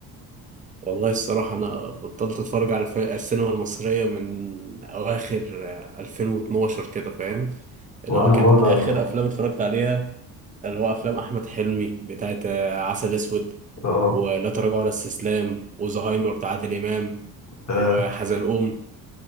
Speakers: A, on the right (about 20°); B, on the left (about 35°).
A: والله الصراحة أنا بطلت أتفرج على الف- السينما المصرية من أواخر آه، 2012 كده فاهم اللي
B: وانا
A: هو كانت
B: برضه
A: آخر أفلام اتفرجت عليها اللي هو أفلام أحمد حلمي بتاعت آه، عسل أسود
B: اه
A: ولا تراجع ولا استسلام وزهايمر بتاع عادل إمام
B: آه،
A: وحزلقوم